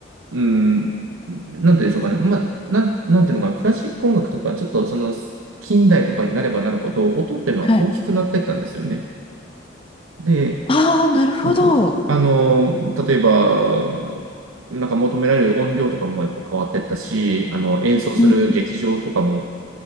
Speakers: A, on the right (about 80°); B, on the left (about 25°).
A: うん、なんて言うんでしょうかね。まあ、なん、なんていうのかな、クラシック音楽とか、ちょっとその、近代とかになればなるほど、音っていうのは大きくなってったんですよね。
B: はい。
A: で、
B: ああ、なるほど。
A: そうそう。あの、例えば、なんか求められる音量とかもやっぱ変わってったし、あの、演奏する劇場とかも、
B: うん